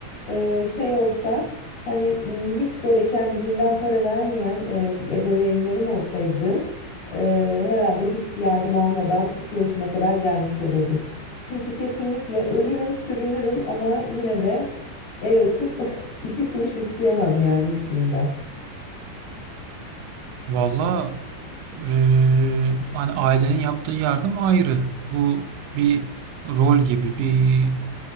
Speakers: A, on the left; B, on the right.
A: e, şey olsa hani m, hiç böyle kendiliğinden para vermeyen e, ebeveynlerim olsaydı. Eee, herhalde hiç yardım almadan şu yaşıma kadar gelmiş olurdum. Çünkü kesinlikle ölürüm, sürünürüm ama yine de el açıp <laughs> iki kuruş isteyemem yani hiçbirinden.
B: Valla Eee, hani ailenin yaptığı yardım ayrı. Bu bir rol gibi, bir